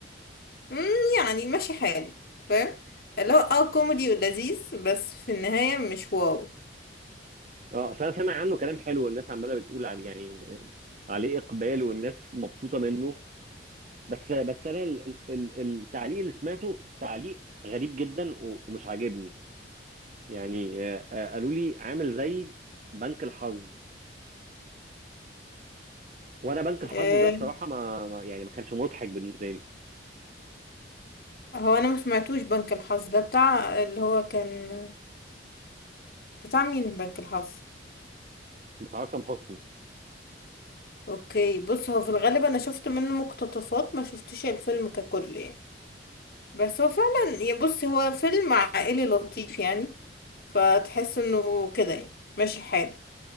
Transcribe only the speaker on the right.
اه اصل انا سامع عنه كلام حلو والناس عماله بتقول عليه يعني آه، عليه اقبال والناس مبسوطه منه بس بس انا ال- ال- ال- التعليق اللي سمعته تعليق غريب جدا و- ومش عاجبني يعني آه، آه، قالوا لي عامل زي بنك الحظ وانا بنك الحظ
ده بصراحه ما ما- يعني ما كانش مضحك بالنسبه لي
بتاع اكرم حسني